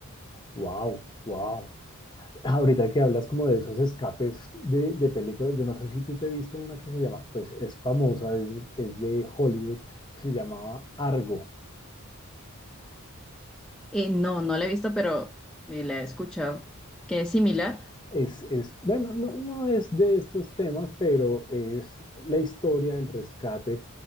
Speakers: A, on the left; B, in the centre.
A: Wow, wow. Ahorita que hablas como de esos escapes de, de películas, yo no sé si tú te viste una que se llama, pues es famosa, es, es de Hollywood, se llamaba Argo.
B: Y no, no la he visto, pero eh, la he escuchado, que es similar.
A: Es, es, bueno, no, no es de estos temas, pero es la historia del rescate